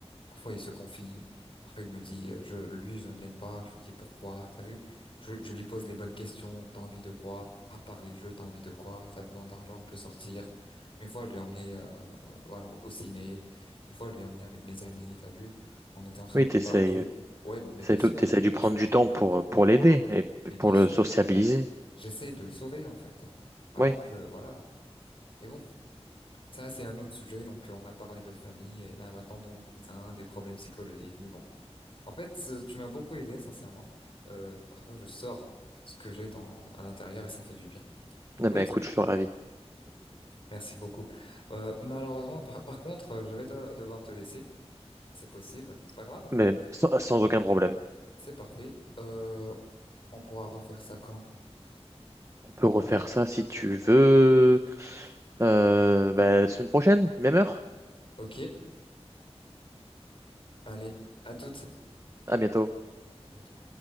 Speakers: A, on the left; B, on the right.
A: Parfois, il se confie. Parfois, il me dit, euh, je, lui, je ne l'aime pas. Je lui dis, pourquoi? T'as vu? Je, je lui pose les bonnes questions. T'as envie de quoi? À part les jeux, t'as envie de quoi? T'as besoin d'argent, on peut sortir. Une fois, je l'ai emmené, euh, euh, voilà, au ciné. Une fois, je l'ai emmené avec mes amis. T'as vu? On était en train
B: Oui,
A: de
B: t'essayes,
A: lui parler. Ouais, mais
B: t'essayes,
A: bien sûr,
B: tout- t'essayes de
A: bien
B: prendre
A: sûr.
B: du temps pour, pour
A: Au
B: l'aider
A: moins,
B: et
A: mais bien
B: pour le
A: sûr.
B: sociabiliser.
A: J'essaie de le sauver, en fait. Avant
B: Oui,
A: que, voilà. Mais bon, ça, c'est un autre sujet. Donc, on a parlé de famille et là, maintenant de mon cousin, des problèmes psychologiques. Mais bon. En fait, euh, tu m'as beaucoup aidé, sincèrement. Euh, parfois, je sors ce que j'ai dans à l'intérieur et ça fait du bien.
B: ah bah
A: Ok,
B: écoute, je suis ravi.
A: merci beaucoup. Euh, malheureusement, par, par contre, euh, je vais de- devoir te laisser, si c'est possible. C'est pas grave,
B: Mais sans, sans aucun problème.
A: c'est parfait. Euh, on pourra refaire ça quand?
B: peux refaire ça si tu veux. Euh, bah, semaine prochaine, même heure.
A: Ok, allez, à toutes.
B: À bientôt.
A: À bientôt.